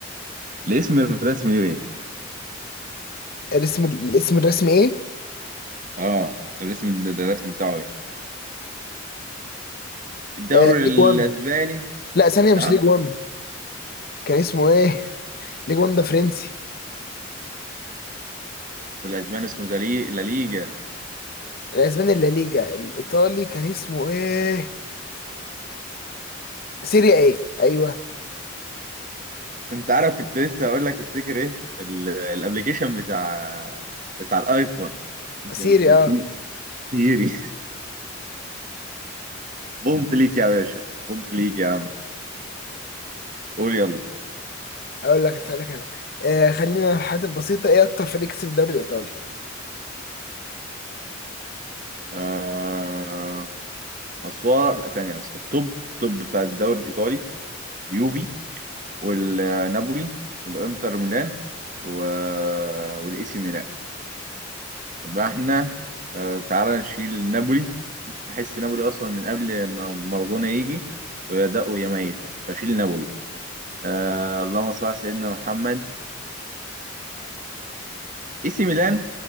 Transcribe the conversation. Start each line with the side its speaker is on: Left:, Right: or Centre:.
Right: الاسم الرسمي له ايه؟
Left: الاسم الاسم الرسمي ايه؟
Right: اه الاسم الرسمي بتاعه ايه؟ الدوري
Left: آه ليج
Right: الاسباني
Left: 1 لا ثانية
Right: نعم
Left: مش ليج 1 كان اسمه ايه؟ <laughs> ليج 1 ده فرنسي
Right: والاسباني اسمه زلي... لا ليجا
Left: الاسباني لا ليجا الايطالي كان اسمه ايه؟ سيريا ايه؟ ايوه
Right: انت عارف كنت لسه اقول لك افتكر ايه ال- الابليكيشن بتاع بتاع الايفون
Left: سيريا
Right: كان اسمه سي
Left: اه
Right: سيري <laughs> بونت ليك يا باشا بونت ليك يا عم قول يلا
Left: اقول لك اسألك انا آه خلينا في الحاجات البسيطة ايه اكتر فريق كسب الدوري الايطالي؟
Right: آه... أصوات لا، ثانية بس التوب التوب بتاع الدوري الإيطالي اليوفي والنابولي والإنتر ميلان و... والإي سي ميلان يبقى احنا آه... تعالى نشيل نابولي بحس نابولي أصلا من قبل ما مارادونا يجي ويبدأوا يا ميتة فشيل نابولي آه اللهم صل على سيدنا محمد اي سي ميلان